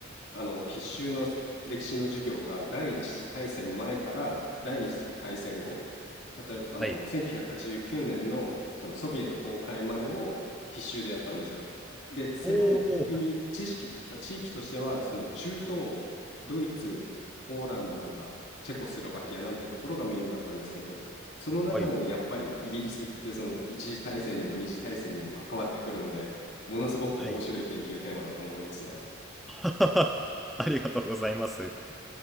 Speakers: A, on the left (about 65°); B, in the centre.
A: あの必修の歴史の授業が第一次大戦前から第二次大戦後例えばあの1989年のそのソビエト崩壊までを必修でやったんですよ。
B: はい。
A: で専門的に知識あ地域としてはその中東欧ドイツポーランドとかチェコスロバキアなんていうところがメインだったんですけど、
B: おお、
A: その中でもやっぱりイギリスってその一次大戦にも二次大戦にも関わってくるので、
B: はい。
A: ものすごく面白い研究テーマだと思いますね。
B: はい。<laughs> はいありがとうございます。